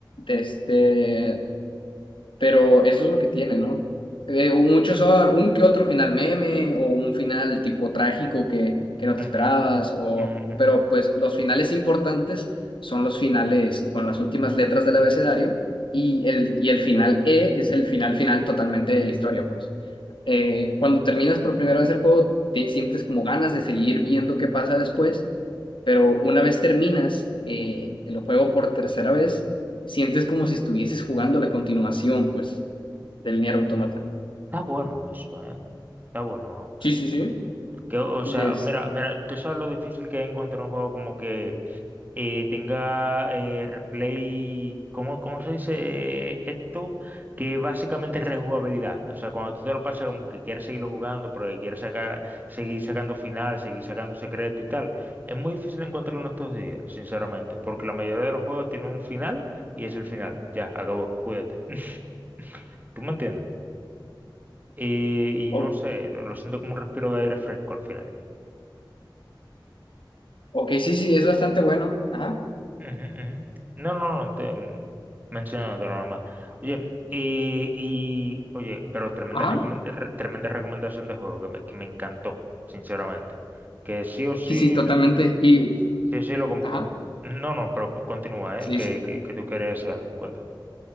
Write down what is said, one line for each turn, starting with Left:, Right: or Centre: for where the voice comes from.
Left: Este, Pero eso es lo que tiene, ¿no? Eh, muchos son un que otro final meme o un final tipo trágico que, que no te
Right: Ujú,
Left: esperabas, o,
Right: ujú, ujú.
Left: pero pues los finales importantes son los finales con las últimas letras del abecedario y el, y el final E es el final final totalmente de la historia, pues. Eh, cuando terminas por primera vez el juego, te sientes como ganas de seguir viendo qué pasa después pero una vez terminas eh, el juego por tercera vez, sientes como si estuvieses jugando la continuación, pues, del Nier Automata.
Right: Está bueno eso, ¿eh? Está bueno.
Left: Sí, sí, sí.
Right: Que, o
Left: Entonces,
Right: sea, mira, mira, tú sabes lo difícil que es encontrar un juego como que eh, tenga eh, replay, ¿cómo, cómo se dice esto? Que básicamente es rejugabilidad. O sea, cuando tú te lo pasas como que quieres seguirlo jugando, pero que quieres sacar, seguir sacando final, seguir sacando secreto y tal. Es muy difícil encontrarlo en estos días, sinceramente, porque la mayoría de los juegos tienen un final y es el final. Ya, acabó, cuídate. <laughs> ¿Tú me entiendes? Eh, y
Left: O-
Right: no sé, lo, lo siento como un respiro de aire fresco al final.
Left: ok, sí, sí, es bastante bueno. Ajá.
Right: Ujú, ujú. No, no, no, te mm, menciono otro nomás. Oye, eh, y, oye, pero tremenda,
Left: Ajá.
Right: recomen- re- tremenda recomendación de juego que me, que me encantó, sinceramente. Que sí o sí,
Left: Sí, sí, totalmente.
Right: l- l-
Left: Y
Right: sí o sí lo compró.
Left: Ajá.
Right: No, no, pero co- continúa,
Left: Sí,
Right: ¿eh? Que, que, que tú quieres decir algo. Cuéntame.